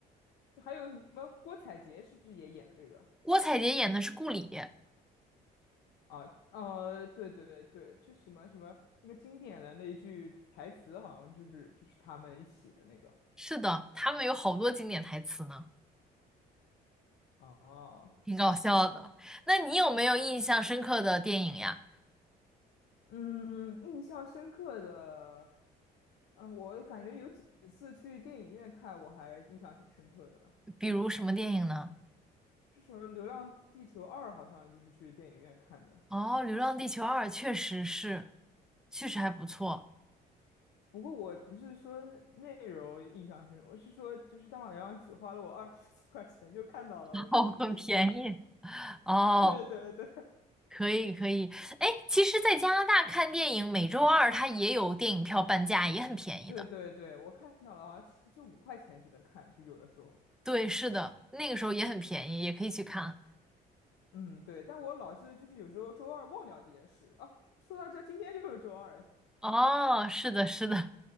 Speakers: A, on the left; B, in the centre.
A: 还有什么郭采洁是不是也演了这个？
B: 郭采洁演的是顾里，
A: 啊，呃，对对对对，就什么什么那个经典的那一句台词，好像就是就是他们一起的那个。
B: 是的，他们有好多经典台词呢，
A: 哦，
B: 挺搞笑的。那你有没有印象深刻的电影呀？
A: 嗯，印象深刻的，嗯，我感觉有几次去电影院看，我还印象挺深刻的。
B: 比如什么电影呢？
A: 是什么《流浪地球二》，好像就是去电影院看的。
B: 哦，《流浪地球二》确实是，确实还不错，
A: 不过我不是说内容印象深，我是说就是他好像只花了我二十几块钱就看到了，
B: <laughs>
A: 我觉得印象深刻。
B: 哦，很便宜。
A: <laughs>
B: 哦，
A: 对对对
B: 可以可以。哎，其实，在加拿大看电影，每周二它也有电影票半价，也很便宜的。
A: 对对对，我看到了，好像是就五块钱就能看，就有的时候。
B: 对，是的，那个时候也很便宜，也可以去看。
A: 嗯，对，但我老是就是有时候周二忘掉这件事啊。说到这，今天就是周二哎。
B: 哦，是的，是的，